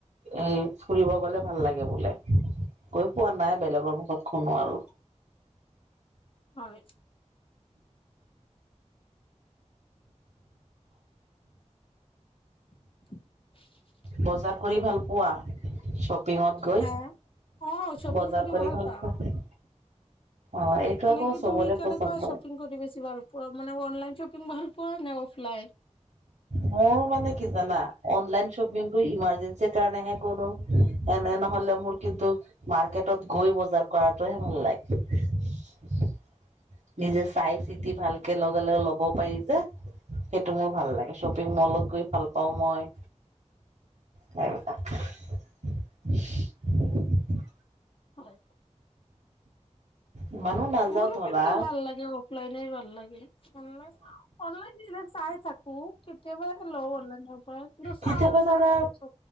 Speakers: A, on the right; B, on the left.
A: এ ফুৰিব গলে ভাল লাগে বোলে গৈ পোৱা নাই বেলেগৰ শখনো আৰু
B: হয়। <inaudible>
A: বজাৰ কৰি ভাল পোৱা? শ্বপিঙত গৈ
B: হা? অ', শ্বপিং
A: বজাৰ কৰি ভাল
B: পাওঁ।
A: পোৱা অ এইটো
B: এনেকে
A: আকৌ চবৰে
B: তুমি কেনেকুৱা
A: পচন্দ
B: শ্বপিং কৰি বেছি ভাল পোৱা মানে অনলাইন শ্বপিং ভাল পোৱা নে অফলাইন
A: মোৰ মানে কি জানা অনলাইন শ্বপিং টো ইমাৰ্জেঞ্চিৰ কাৰণেহে কৰো এনে নহলে মোৰ কিন্তু মাৰ্কেটত গৈ বজাৰ কৰাটোহে ভাল লাগে নিজে চাই চিতি ভালকে লগে লগে ল'ব পাৰি যে সেইটো মোৰ ভাল লাগে শ্বপিং মলত গৈ ভাল পাওঁ মই সেইবিলাক
B: হয়
A: ইমানো নাযাওঁ
B: মোৰো
A: ধৰা
B: কিন্তু ভাল লাগে, অফলাইনে ভাল লাগে অনলাইন অনলাইন দিলে চাই থাকোঁ কেতিয়াবাহে লওঁ অনলাইনৰ পৰা কিন্তু
A: কেতিয়াবা
B: চাওঁ,
A: ধৰা
B: চাই থাকো চব